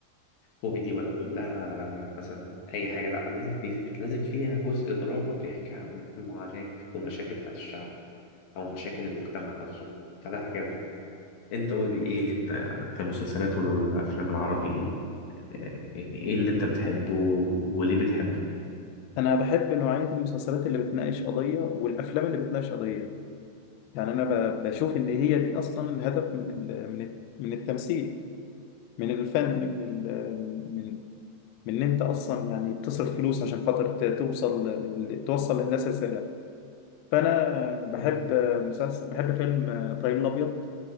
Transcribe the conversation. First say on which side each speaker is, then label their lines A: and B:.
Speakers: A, on the left; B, on the left.
A: كوميدي ولا كلها مثلا أي حاجة لأ لازم بي... لازم فيها جزء دراما بيحكي عن المعاناة والمشاكل بتاعت الشعب أو مشاكل المجتمع نفسه فده عجبني أنت قول لي إيه أنت في المسلسلات والأفلام العربي آه، إيه اللي أنت بتحبه وليه بتحبه؟
B: انا بحب نوعية المسلسلات اللي بتناقش قضية والافلام اللي بتناقش قضية يعني انا ب- بشوف ان هي دي اصلا الهدف من ال- من ال- من التمثيل من الفن من ال- من من ان انت اصلا يعني بتصرف فلوس عشان خاطر ت- توصل ل- توصل للناس رسالة فانا بحب
A: مم.
B: مسلسل بحب فيلم ابراهيم الابيض